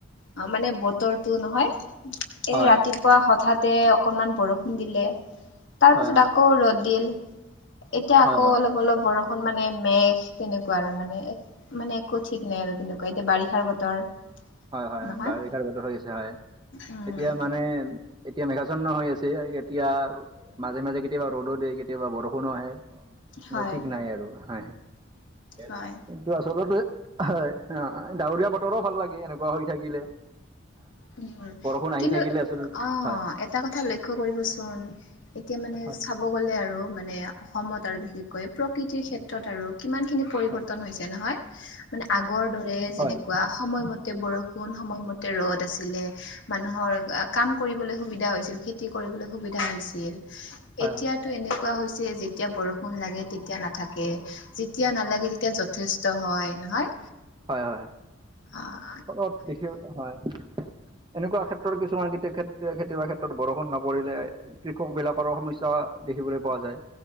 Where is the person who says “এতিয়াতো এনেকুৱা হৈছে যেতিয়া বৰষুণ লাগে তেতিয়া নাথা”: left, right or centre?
Left